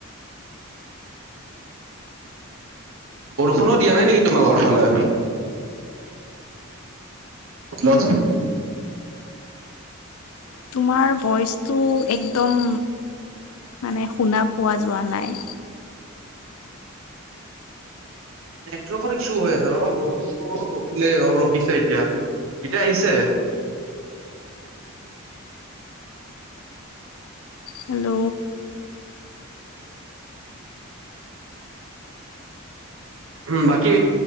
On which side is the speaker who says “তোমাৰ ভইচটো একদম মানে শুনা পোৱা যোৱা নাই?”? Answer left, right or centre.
Left